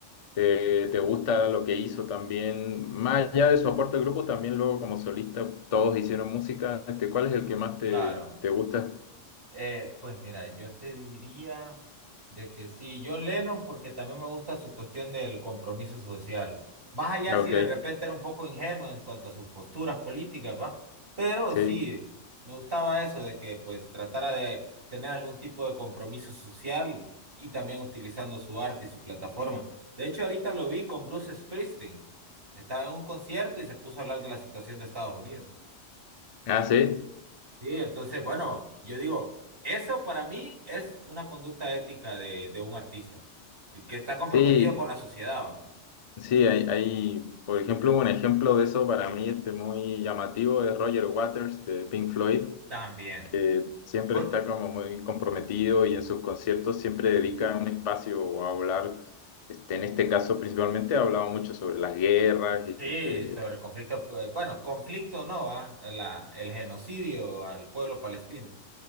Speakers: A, on the left; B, on the right.
A: ¿Te, te gusta lo que hizo también? Más allá de su aporte al grupo, también luego como solista todos hicieron música. Este, ¿cuál es el que más te,
B: Claro.
A: te gusta?
B: Eh, pues mira, yo te diría de que sí, John Lennon, porque también me gusta su cuestión del compromiso social. Más allá
A: Ah,
B: si
A: Ok,
B: de repente era un poco ingenuo en cuanto a sus posturas políticas, ¿va? Pero
A: sí.
B: sí, me gustaba eso de que pues tratara de tener algún tipo de compromiso social y también utilizando su arte y su plataforma. De hecho, ahorita lo vi con Bruce Springsteen. Estaba en un concierto y se puso a hablar de la situación de Estados Unidos.
A: Ah, sí.
B: Sí, entonces, bueno, yo digo, eso para mí es una conducta ética de, de un artista, que está comprometido
A: Sí,
B: con la sociedad, ¿va?
A: sí, hay, hay, por ejemplo, un ejemplo de eso para mí este, muy llamativo es Roger Waters de Pink Floyd,
B: También.
A: que siempre
B: Por-
A: está como muy comprometido y en sus conciertos siempre dedica un espacio a hablar. Este, en este caso, principalmente, ha hablado mucho sobre las guerras. y,
B: sí,
A: Este,
B: sobre el conflicto, pues, bueno, conflicto no, ¿va? La- el genocidio al pueblo palestino.